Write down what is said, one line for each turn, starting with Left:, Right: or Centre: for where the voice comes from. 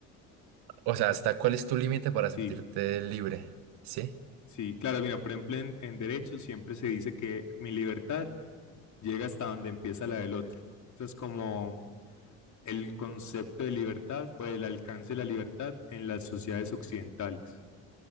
Right: o sea, hasta cuál es tu límite para sentirte
Left: Sí,
Right: libre, ¿sí?
Left: sí, claro, mira, por ejemplo, en, en derecho siempre se dice que mi libertad llega hasta donde empieza la del otro. Eso es como el concepto de libertad o el alcance de la libertad en las sociedades occidentales.